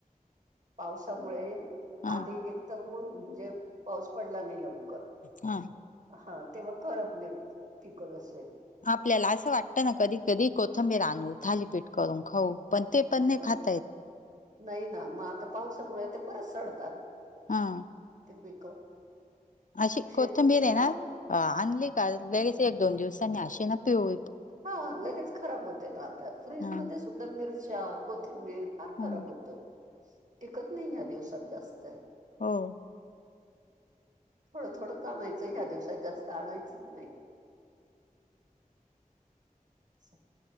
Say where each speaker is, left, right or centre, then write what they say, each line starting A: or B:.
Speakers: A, on the right; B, on the left.
A: पावसामुळे
B: हा
A: आधी एक तर, ऊन म्हणजे पाऊस पडला नाही लऊ
B: हा.
A: हा, तेव्हा कळतं नाही <unintelligible> असेल.
B: आपल्याला असं वाटतं ना, कधी कधी कोथिंबीर आनू थालीपीठ करून खाऊ पण ते पण नाही
A: हा
B: खाता येत.
A: नाही ना, मग आता पावसामुळे ते परत सडतात.
B: हा.
A: ते पिकं.
B: अशी कोथंबीर
A: शेत
B: आहे ना, आणली का लगेच एक, दोन दिवसांनी अशी ना पिव
A: हा लगेच खराब होते ना आता फ्रीजमध्येध्ये
B: हा
A: सुद्धा मिरच्या कोथिंबीर फार खराब
B: हा
A: होतं. टिकत नाही ह्या दिवसात जास्त.
B: हो.
A: थोडं थोडंच आणायचं ह्या दिवसात जास्त आणायचंच नाही. <inaudible>